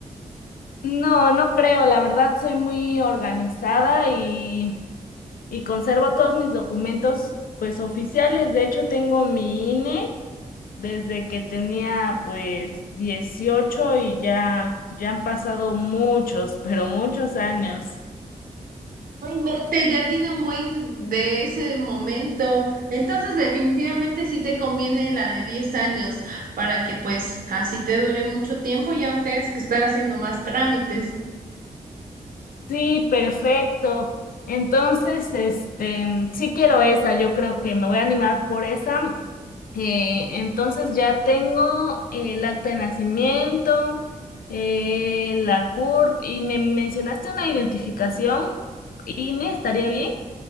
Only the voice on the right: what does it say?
Vete, ya tiene un buen de ese momento. Entonces, definitivamente sí te conviene la de 10 años para que pues así te dure mucho tiempo y ya no tengas que estar haciendo más trámites.